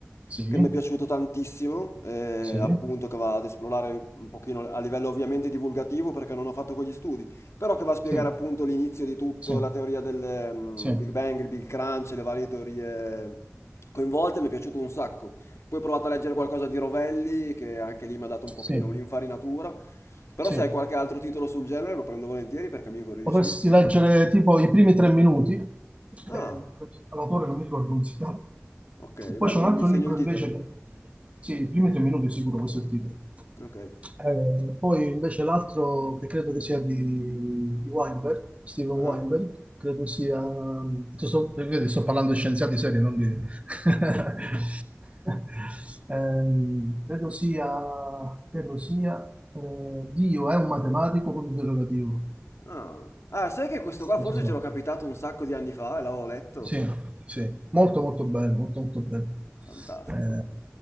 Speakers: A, on the right; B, on the left.
A: sì,
B: che mi è piaciuto tantissimo, eh,
A: sì,
B: appunto
A: sì,
B: che va ad esplorare un pochino a livello ovviamente divulgativo perché non ho fatto quegli studi, però che va a spiegare
A: sì,
B: appunto l'inizio di tutto,
A: sì,
B: la teoria del mm,
A: sì,
B: Big Bang, il Big Crunch, le varie teorie coinvolte, mi è piaciuto un sacco. Poi ho provato a leggere qualcosa di Rovelli, che anche lì mi ha dato un
A: sì,
B: pochino un'infarinatura. Però
A: sì.
B: se hai qualche altro titolo sul genere lo prendo volentieri perché mi incuriosisce
A: Potresti
B: molto.
A: leggere tipo i primi tre minuti, eh,
B: Ah,
A: l'autore non mi ricordo come si chiama.
B: ok,
A: E poi
B: beh,
A: c'è
B: mi,
A: un altro
B: mi segno
A: libro
B: il titolo.
A: invece che... Sì, i primi tre minuti sicuro, questo è il titolo.
B: Ok.
A: Eh, poi invece l'altro che credo che sia di, di Weinberg, Steven
B: Ah.
A: Weinberg, credo sia... ti Sto, vedi, sto parlando di scienziati seri, non di... <laughs> Ehm, credo sia, credo sia eh, Dio è un matematico punto interrogativo.
B: Ah. Ah, sai che questo qua
A: Non
B: forse
A: so se-
B: ce l'ho capitato un sacco di anni fa e l'avevo letto?
A: Sì, sì, molto molto bello, molto molto bello.
B: Fantastico.
A: Eh,